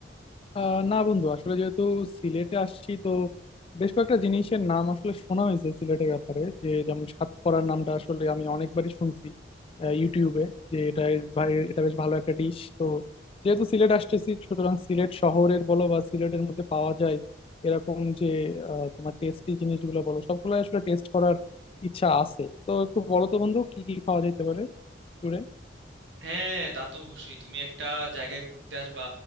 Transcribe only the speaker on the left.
আহ না বন্ধু আসলে যেহেতু সিলেটে আসছি তো বেশ কয়েকটা জিনিসের নাম আসলে শোনা হয়েছে সিলেটের ব্যাপারে যে যেমন সাতকরার নামটা আসলে আমি অনেকবারই শুনছি আহ, ইউটিউবে যে এটা এ- ভাই এটা বেশ ভালো একটা ডিশ তো যেহেতু সিলেট আসতেছি সুতরাং সিলেট শহরের বলো বা সিলেটের মধ্যে পাওয়া যায় এরকম যে আহ, তোমার টেস্টি জিনিসগুলো বলো সবগুলো আসলে টেস্ট করার ইচ্ছা আছে তো একটু বলো তো বন্ধু কি কি খাওয়া যেতে পারে ট্যুরে